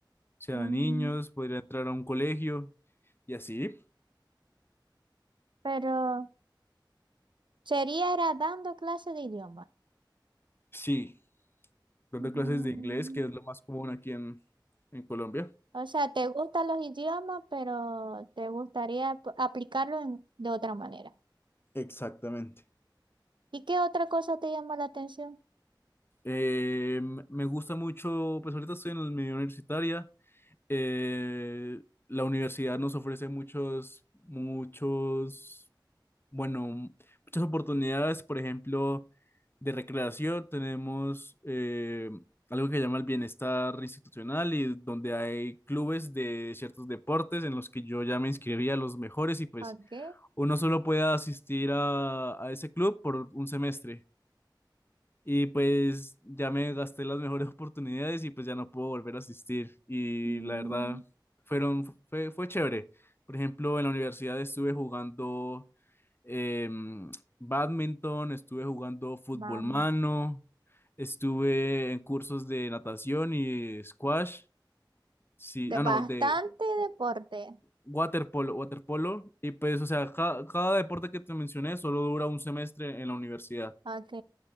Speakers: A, on the left; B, on the right.
A: O sea,
B: mm,
A: a niños, podría entrar a un colegio y así.
B: pero sería era dando clases de idioma.
A: Sí. dando
B: Mm,
A: clases de inglés, que es lo más común aquí en, en Colombia.
B: O sea, te gustan los idiomas, pero te gustaría p- aplicarlo en- de otra manera.
A: Exactamente.
B: ¿Y qué otra cosa te llama la atención?
A: Eh, me gusta mucho, pues ahorita estoy en la medio universitaria. Eh, la universidad nos ofrece muchos, muchos, bueno, muchas oportunidades, por ejemplo, de recreación. Tenemos eh, algo que llama el bienestar institucional y donde hay clubes de ciertos deportes en los que yo ya me inscribí a los mejores y pues
B: Ok.
A: uno solo puede asistir a, a ese club por un semestre. Y pues ya me gasté las mejores <laughs> oportunidades y pues ya no puedo volver a asistir. Y
B: Mm,
A: la verdad, fueron, fue, fue chévere. Por ejemplo, en la universidad estuve jugando em, badminton, estuve jugando fútbol
B: vale.
A: mano, estuve en cursos de natación y squash. Sí,
B: De
A: ah,
B: bastante
A: no, de
B: deporte.
A: Waterpolo, waterpolo, y pues, o sea, ca- cada, deporte que te mencioné solo dura un semestre en la universidad.
B: Ok.